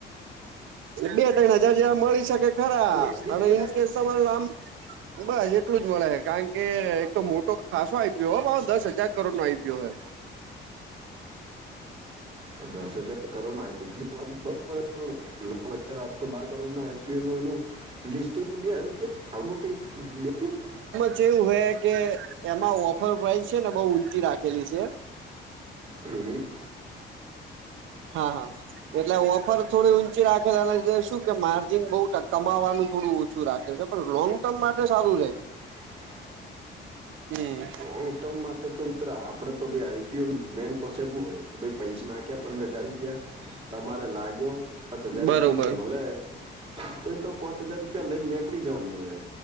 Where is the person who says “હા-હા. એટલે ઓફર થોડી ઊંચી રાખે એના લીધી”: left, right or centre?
Right